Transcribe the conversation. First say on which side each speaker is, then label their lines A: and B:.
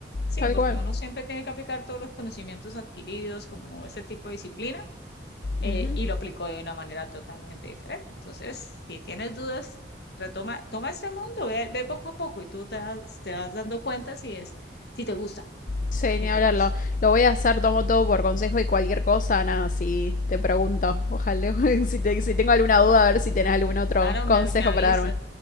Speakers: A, on the left; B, on the left.
A: Sí,
B: tal
A: porque
B: cual.
A: uno siempre tiene que aplicar todos los conocimientos adquiridos como ese tipo de disciplina eh,
B: Ujú.
A: y lo aplicó de una manera totalmente diferente. Entonces, si tienes dudas, retoma, toma este mundo, ve, ve poco a poco y tú te, das- te vas dando cuenta si es, si te gusta,
B: Sí,
A: si
B: ni
A: te
B: hablarlo.
A: gusta.
B: Lo voy a hacer, tomo todo por consejo y cualquier cosa, nada, si te pregunto. Ojalá, <laughs> si, te- si tengo alguna duda, a ver si tenés algún otro
A: Claro,
B: consejo
A: me, me avisa,
B: para darme.